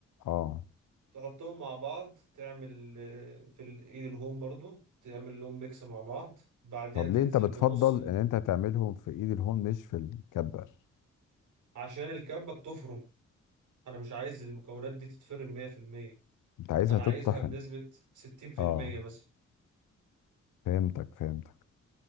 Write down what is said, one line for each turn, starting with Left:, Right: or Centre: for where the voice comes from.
Left: اه
Right: تحطهم مع بعض تعمل آه، في الايد الهوم برضو تعمل لهم ميكس مع بعض بعديها
Left: طب
Right: تنزل
Left: ليه انت بتفضل
Right: بنص ال...
Left: ان انت تعملهم في ايد الهون مش في الكبه
Right: عشان الكبة بتفرم انا مش عايز المكونات دي تتفرم 100%
Left: انت عايزها
Right: انا
Left: تتطحن
Right: عايزها بنسبة 60%
Left: اه
Right: مثلا
Left: فهمتك فهمتك